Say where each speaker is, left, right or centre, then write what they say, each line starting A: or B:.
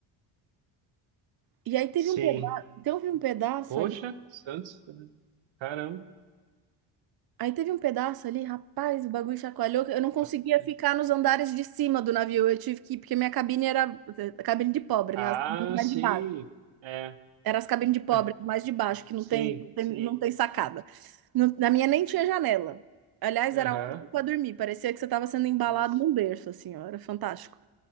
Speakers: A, on the right; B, on the right.
A: E aí teve
B: Sim,
A: um pedaço, teve um pedaço
B: Poxa, Santos também. Caramba,
A: Aí teve um pedaço ali, rapaz, o bagulho chacoalhou. Eu não conseguia
B: bastante.
A: ficar nos andares de cima do navio. Eu tive que ir, porque minha cabine era a cabine de pobre,
B: Ah,
A: né? As cabines mais
B: sim.
A: de baixo.
B: É,
A: Era as cabines de pobre,
B: <laughs>
A: mais de baixo, que não
B: sim,
A: tem, não tem,
B: sim.
A: não tem sacada. Não- na minha nem tinha janela. Aliás,
B: Aham.
A: era ótimo para dormir. Parecia que você estava sendo embalado
B: Nossa.
A: num berço, assim, ó. Era fantástico.